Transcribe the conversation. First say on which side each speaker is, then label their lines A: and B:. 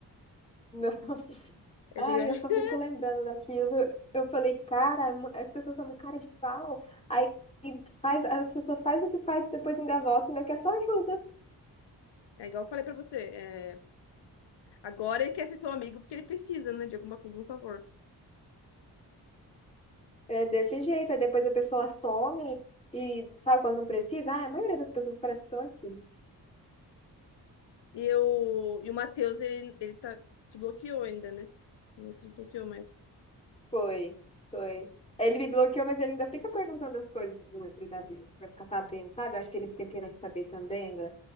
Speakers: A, on the left (about 15°); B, on the left (about 75°).
A: Não. <laughs>
B: Ele
A: Ai,
B: é,
A: eu só
B: <laughs>
A: fico lembrando daquilo. Eu falei, cara, é mu- as pessoas são muito cara de pau. Aí faz, as pessoas faz o que faz e depois ainda volta, ainda quer só ajuda.
B: é igual eu falei pra você. é, Agora ele quer ser seu amigo porque ele precisa, né? De alguma coisa, de um favor.
A: É desse jeito. Aí depois a pessoa some e sabe quando não precisa? Ah, a maioria das pessoas parece que são assim.
B: E, eu... e o Matheus, ele... ele tá... te bloqueou ainda, né? Não se bloqueou mais.
A: Foi, foi. Ele me bloqueou, mas ele ainda fica perguntando as coisas para ficar sabendo, sabe? Eu acho que ele fica querendo saber também da,